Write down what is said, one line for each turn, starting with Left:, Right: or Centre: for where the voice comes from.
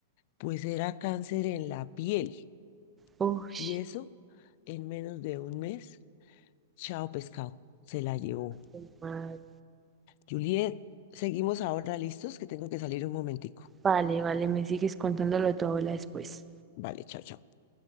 Left: pues era cáncer en la piel
Right: uy,
Left: y eso en menos de un mes, chao pescado, se la llevó.
Right: madre.
Left: Juliet, seguimos ahora listos que tengo que salir un momentico.
Right: Vale, vale, me sigues contándolo de tu abuela después.
Left: Vale, chao, chao.